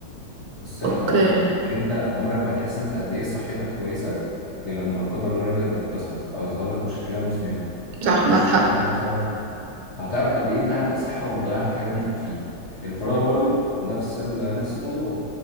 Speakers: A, on the left (about 40°); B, on the right (about 75°).
A: الصحة
B: اوكي
A: والفراغ يعني أنت عمرك ما هتحس أنت قد إيه صحتك كويسة غير لما لا قدر الله رجلك تتكسر أو يظهر لك مشكلة مزمنة
B: صح
A: أو تشوف
B: معك حق
A: حد مثلا فهتعرف قد إيه أنت عندك صحة وبتضيعها في حاجة مش بتفيد الفراغ برضو نفس ال- نفس الموضوع